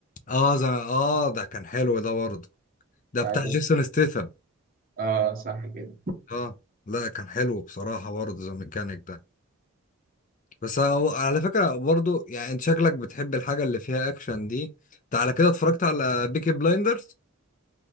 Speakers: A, on the left (about 35°); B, on the right (about 40°).
A: اه زي اه ده كان حلو ده برضه ده
B: بتاع
A: بتاع
B: جاز
A: جيسون ستيثم
B: اه صح كده
A: اه لا كان حلو بصراحه برضه زي ميكانيك ده بس هو على فكرة برضو يعني انت شكلك بتحب الحاجة اللي فيها اكشن دي انت على كده اتفرجت على بيكي بلايندرز